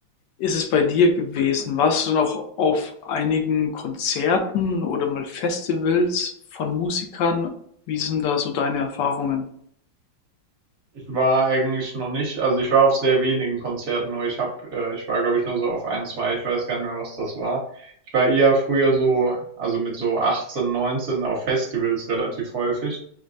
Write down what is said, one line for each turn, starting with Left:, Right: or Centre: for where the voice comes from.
Left: ist es bei dir gewesen? Warst du noch auf einigen Konzerten oder mal Festivals von Musikern? Wie sind da so deine Erfahrungen?
Right: Ich war eigentlich noch nicht, also ich war auf sehr wenigen Konzerten, nur ich habe, äh, ich war glaube ich nur so auf ein, zwei, ich weiß gar nicht mehr, was das war. Ich war eher früher so, also mit so 18, 19 auf Festivals relativ häufig.